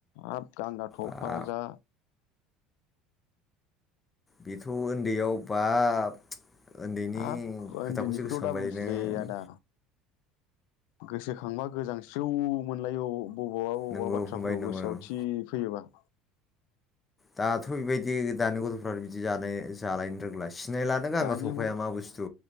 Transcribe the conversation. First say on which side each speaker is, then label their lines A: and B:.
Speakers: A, on the left; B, on the left.
A: हाब गांगा थफा
B: आ
A: जा
B: बेथ' उन्दैयाव बाब उन्दैनि
A: हाब उन्दैनिखौथ'
B: खोथाखौसो गोसोखांहोबायलै
A: दा बुंसैलै
B: नोंङो।
A: आदा गोसोखांबा गोजांस्रिउ मोनलायो बबावबा बबावबा
B: नंगौ
A: बाथ्राफोरखौ
B: फंबाय नंगौ
A: गोसोआव
B: नंगौ
A: थि फैयोबा।
B: दाथ बेबायदि दानि गथ'फ्रा बिदि जानो जालायनो रोंला। सिनायलानो गांगा
A: दानि
B: थफाया मा बुस्थु